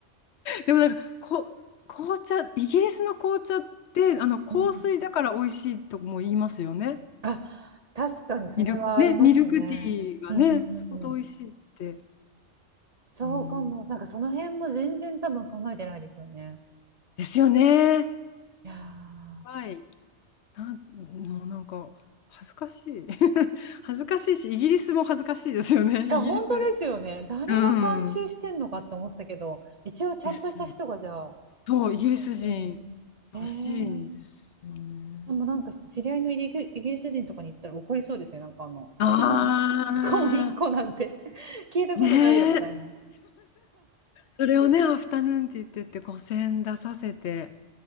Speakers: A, on the left; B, on the right.
A: でもなんかこ、紅茶、イギリスの紅茶ってあの香水だから美味しいとも言いますよね。
B: うん。あ、確かにそれはありますね。
A: ミルク、ね、ミルクティーがね、
B: うんうんうんうん。
A: 相当美味しいって。
B: そうかも。
A: うん、
B: なんかその辺も全然多分考えてないですよね。
A: ですよね。
B: いやー。
A: はい。なん、もうなんか恥ずかしい。<laughs> 恥ずかしいし、イギリスも恥ずかしいですよね、
B: いや、
A: イギリス。
B: 本当ですよね。誰が監修してんのかって思ったけど、
A: うん。
B: 一応ちゃんとした人がじゃあ、
A: です。そう、イギリス人
B: 監修。えー、
A: らしいんですよね。
B: でもなんか知り合いのイギリイギリス人とかに行ったら怒りそうですね。なんかあの、スコーン、
A: あ
B: スコーン1個なんて <laughs> 聞いたことないよみたいな。
A: ー、ねえ。それをね、アフタヌーンって言ってって5000出させて。